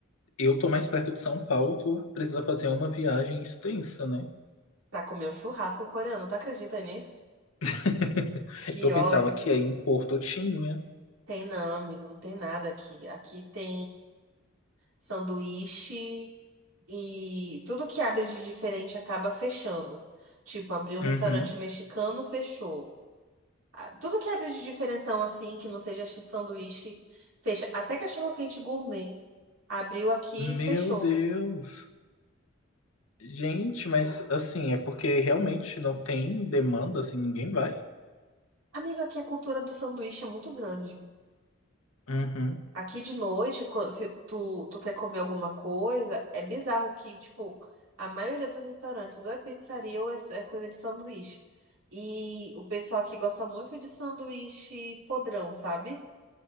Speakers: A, on the left; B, on the right.
A: Eu tô mais perto de São Paulo, tu precisa fazer uma viagem extensa, né?
B: Pra comer o churrasco coreano. Tu acredita nisso?
A: <laughs>
B: Que
A: Eu
B: ódio.
A: pensava que aí em Porto tinha.
B: Tem não, amigo, não tem nada aqui. Aqui tem sanduíche e tudo que abre de diferente acaba fechando. Tipo, abriu um
A: Uhum.
B: restaurante mexicano, fechou. Ah, Tudo que abre de diferentão assim, que não seja ch- sanduíche, fecha. Até cachorro-quente gourmet. Abriu aqui
A: Meu
B: e fechou.
A: Deus. Gente, mas assim, é porque realmente não tem demanda, assim, ninguém vai.
B: Amigo, aqui a cultura do sanduíche é muito grande.
A: Uhum.
B: Aqui de noite, co- se tu, tu quer comer alguma coisa, é bizarro que, tipo, a maioria dos restaurantes ou é pizzaria ou é, é coisa de sanduíche. E o pessoal aqui gosta muito de sanduíche podrão, sabe?